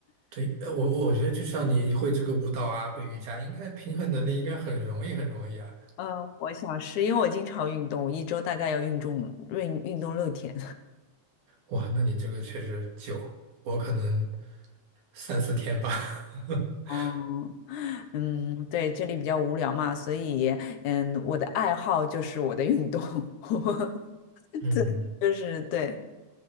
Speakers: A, on the right; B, on the left.
A: 对，呃我我觉得就像你会这个舞蹈啊，会瑜伽，应该平衡能力应该很容易很容易啊。
B: 嗯，我想是因为我经常运动，一周大概要运动运运动六天。
A: 哇，那你这个确实久，我可能三四天吧。<laughs>
B: <laughs> 哦，嗯，对，这里比较无聊嘛，所以嗯，我的爱好就是我的运动。<laughs>
A: 嗯
B: 对，就是对，